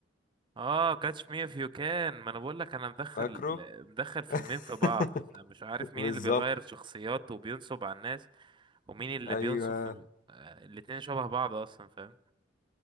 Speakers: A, on the right; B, on the left.
A: اه كاتش مي اف يو كان ما انا بقول لك انا مدخل
B: فاكره
A: مدخل فيلمين
B: <laughs>
A: في بعض فمش عارف مين
B: بالظبط
A: اللي بيغير شخصياته وبينصب على الناس ومين اللي
B: ايوه
A: بينصب في- آه، الاتنين شبه بعض اصلا فاهم